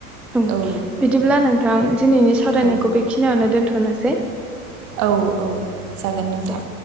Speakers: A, in the centre; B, on the right.
A: ओम
B: औ
A: बिदिब्ला नों थां दिनैनि सावरायनायखौ
B: औ
A: बेखिनियावनो दोनथ' नोसै।
B: औ औ जागोन नोंथां।
A: दे